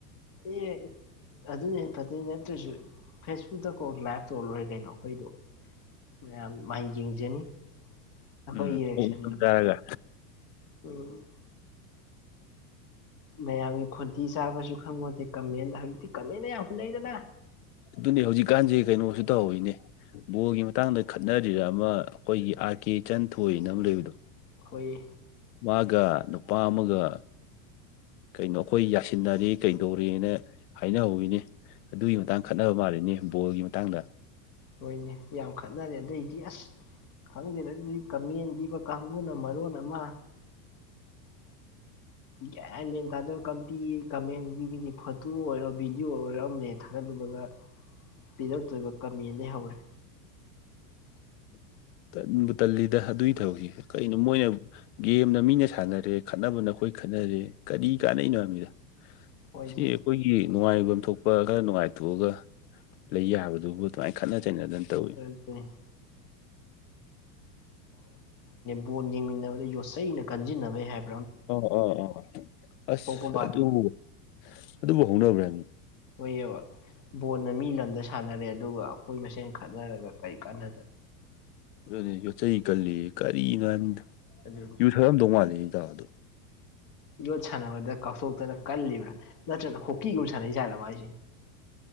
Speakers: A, on the left; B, on the left.
A: ꯑꯦ ꯑꯗꯨꯅ ꯍꯦꯟꯅ ꯐꯥꯗꯣꯏꯅꯦ ꯅꯠꯇ꯭ꯔꯁꯨ ꯐꯦꯁꯕꯨꯛꯇ ꯀꯣꯛ ꯂꯥꯏꯚ ꯇꯧꯔ ꯂꯣꯏꯔꯦ ꯀꯩꯅꯣ ꯑꯈꯣꯏꯗꯣ ꯃꯥꯌꯥꯝ ꯃꯥꯏ ꯌꯦꯡꯖꯅꯤ ꯑꯩꯈꯣꯏꯒꯤ
B: ꯎꯝ
A: ꯔꯤꯌꯦꯛꯁꯟꯗꯣ
B: ꯑꯣꯛ ꯇꯨꯝ ꯆꯥꯔꯒ
A: ꯎꯝ ꯃꯌꯥꯝꯒꯤ ꯈꯣꯟꯊꯤ ꯆꯥꯕꯖꯨ ꯈꯪꯄꯣꯟꯇꯦ ꯀꯥꯃꯦꯟꯗ ꯍꯧꯖꯤꯛꯇꯤ ꯀꯥꯃꯦꯟꯅ ꯌꯥꯝ ꯍꯨꯟꯅꯩꯗꯅ
B: ꯑꯗꯨꯅꯦ ꯍꯧꯖꯤꯛꯀꯥꯟꯖꯤ ꯀꯩꯅꯣꯁꯨ ꯇꯧꯔꯤꯋꯤꯅꯦ ꯕꯣꯜꯒꯤ ꯃꯇꯥꯡꯗ ꯈꯠꯅꯔꯤꯔꯥ ꯑꯃ ꯑꯈꯣꯏꯒꯤ ꯑꯥ ꯑꯥꯔ ꯀꯦ ꯏꯆꯟꯊꯣꯏꯅ ꯑꯃ ꯂꯩꯕꯗꯣ
A: ꯍꯣꯏ
B: ꯃꯥꯒ ꯅꯨꯄꯥ ꯑꯃꯒ ꯀꯩꯅꯣ ꯑꯩꯈꯣꯏ ꯌꯥꯁꯤꯟꯅꯔꯦ ꯀꯩꯗꯧꯔꯦꯅ ꯍꯥꯏꯅ ꯍꯧꯋꯤꯅꯦ ꯑꯗꯨꯒꯤ ꯃꯇꯥꯡ ꯈꯠꯅꯕ ꯃꯥꯜꯂꯤꯅꯦ ꯕꯣꯜꯒꯤ ꯃꯇꯥꯡꯗ
A: ꯍꯣꯏꯅꯦ ꯌꯥꯝ ꯈꯠꯅꯦꯔꯦ ꯑꯗꯨꯏꯗꯤ ꯑꯁ ꯈꯪꯗꯦꯅ ꯑꯗꯨꯗꯤ ꯀꯥꯃꯦꯟ ꯄꯤꯕ ꯀꯥꯡꯕꯨꯅ ꯃꯔꯣꯟ ꯑꯃ ꯒ꯭ꯌꯥꯟꯃꯦꯟ ꯇꯥꯗ ꯀꯥꯝꯄꯤ ꯀꯥꯃꯦꯟ ꯄꯤꯕꯤꯅꯤ ꯐꯣꯇꯣ ꯑꯣꯏꯔꯣ ꯚꯤꯗꯤꯑꯣ ꯑꯣꯏꯔꯣ ꯑꯃꯅꯦ ꯊꯥꯒꯠ ꯕꯥ-ꯕꯥ ꯄꯤꯔꯛꯇꯣꯏꯕ ꯀꯥꯃꯦꯟꯗꯩ ꯍꯧꯔꯦ
B: <inaudible> ꯇꯟꯕꯨ ꯇꯜꯂꯤꯗ ꯑꯗꯨꯏ ꯊꯧꯕꯛꯇꯤ ꯀꯩꯅꯣ ꯃꯣꯏꯅ ꯒꯦꯝꯅ ꯃꯤꯅ ꯁꯥꯟꯅꯔꯦ ꯈꯠꯅꯕꯅ ꯑꯈꯣꯏ ꯑꯈꯣꯏ ꯈꯟꯅꯔꯦ ꯀꯔꯤ ꯀꯥꯟꯅꯩꯅꯣ ꯍꯥꯏꯅꯤꯗ
A: ꯃꯣꯏꯁꯦ
B: ꯁꯤ ꯑꯈꯣꯏꯒꯤ ꯅꯨꯡꯉꯥꯏꯕꯝ ꯊꯣꯛꯄ ꯄꯥ ꯒꯥ ꯅꯨꯡꯉꯥꯏꯇꯣꯛꯑꯒ ꯂꯩ ꯌꯥꯕꯗꯨꯕꯨ ꯑꯗꯨꯃꯥꯏ ꯈꯠꯅ ꯆꯩꯅꯗꯨꯅ ꯇꯧꯋꯤ
A: ꯑꯗꯨꯅꯤ꯫ ꯕꯣꯟ ꯌꯦꯡꯃꯤꯟꯅꯕꯗ ꯌꯣꯠꯆꯩꯅ ꯀꯟꯖꯤꯟꯅꯕꯩ ꯍꯥꯏꯕ
B: ꯑꯥ-ꯑꯥ-ꯑꯥ- ꯑꯁ
A: ꯊꯣꯛꯄ ꯃꯥꯜꯂꯤ
B: ꯑꯗꯨ-ꯑꯗꯨꯕꯨ ꯍꯧꯅꯕ꯭ꯔꯥꯅꯦ
A: ꯑꯣꯏꯌꯦꯕ ꯕꯣꯟꯅ ꯃꯤ ꯂꯝꯗ ꯁꯥ ꯁꯥꯟꯅꯔꯦ ꯑꯗꯨꯒ ꯑꯈꯣꯏ ꯃꯁꯦꯟ ꯈꯠꯅꯔꯒ ꯀꯩ ꯀꯥꯟꯅ
B: ꯑꯗꯨꯅꯣ ꯌꯣꯠꯆꯩ ꯀꯜꯂꯤ ꯀꯔꯤ ꯉꯥꯟꯅꯨ
A: ꯑꯗꯨꯅꯤ
B: ꯌꯨꯊꯛꯑꯝꯗꯧ ꯃꯥꯜꯂꯤ ꯏꯇꯥꯎ ꯑꯗꯨ
A: ꯌꯣꯠ ꯁꯥꯟꯅꯕꯗ ꯀꯥꯎꯊꯣꯛꯇꯅ ꯀꯜꯂꯤꯕ꯭ꯔꯥ ꯅꯠꯇ꯭ꯔꯅ ꯍꯣꯛꯀꯤꯒꯨꯝ ꯁꯥꯟꯅꯩ ꯖꯥꯠꯂ ꯃꯥꯏꯖꯤ